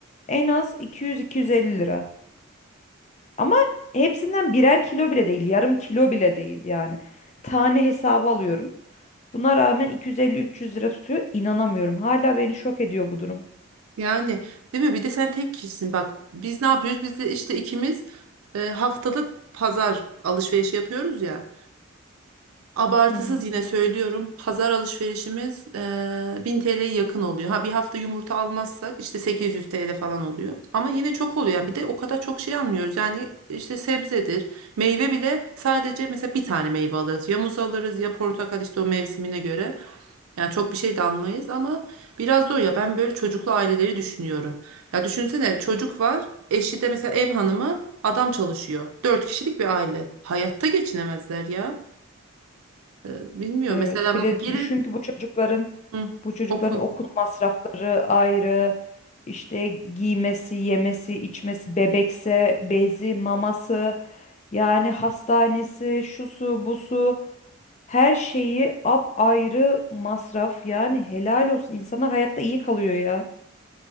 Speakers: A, on the left (about 30°); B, on the right (about 80°).
A: En az iki iki yüz iki yüz elli lira. Ama hepsinden birer kilo bile değil, yarım kilo bile değil yani. Tane hesabı alıyorum. Buna rağmen iki yüz elli üç yüz lira tutuyor. İnanamıyorum. Hala beni şok ediyor bu durum.
B: Yani değil mi? Bir de sen tek kişisin. Bak biz ne yapıyoruz? Biz de işte ikimiz e, haftalık pazar alışverişi yapıyoruz ya. Abartısız
A: Hı hı.
B: yine söylüyorum. Pazar alışverişimiz eee 1000 TL'ye yakın oluyor. Ha bir hafta yumurta almazsak işte 800 TL falan oluyor. Ama yine çok oluyor. Yani bir de o kadar çok şey almıyoruz. Yani işte sebzedir. Meyve bile sadece mesela bir tane meyve alırız. Ya muz alırız ya portakal işte o mevsimine göre. Yani çok bir şey de almayız ama biraz zor ya. Ben böyle çocuklu aileleri düşünüyorum. Ya düşünsene çocuk var. Eşi de mesela ev hanımı adam çalışıyor. Dört kişilik bir aile. Hayatta geçinemezler ya. Ee, Bilmiyorum.
A: Evet.
B: Mesela
A: Bir de
B: gelin
A: düşün ki bu çocukların
B: Hı,
A: bu çocukların
B: okul.
A: okul masrafları ayrı. İşte giymesi, yemesi, içmesi, bebekse bezi, maması. Yani hastanesi, şusu, busu her şeyi apayrı masraf. Yani helal olsun. İnsanlar hayatta iyi kalıyor ya.